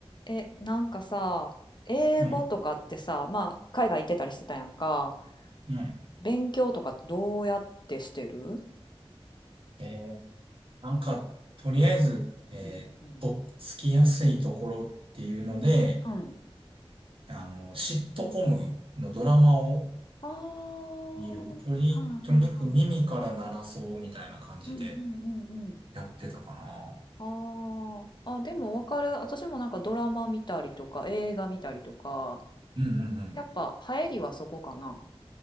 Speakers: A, on the left; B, on the right.
A: え、なんかさ、英語とかってさ、
B: うん、
A: まあ、海外行ってたりしてたやんか、
B: うん。
A: 勉強とかってどうやってしてる
B: えー、なんか、とりあえず、えー、
A: うんうん。
B: とっつきやすいところっていうので、
A: うん。
B: あの、シットコムのドラマを
A: あーはんはんはん。
B: 見る。とり、とにかく耳から鳴らそうみたいな感じで
A: うんうんうんうん
B: やってたかな。
A: あーあ、でもわかる。私もなんかドラマ見たりとか、映画見たりとか、
B: うんうんうん。
A: やっぱ流行りはそこかな。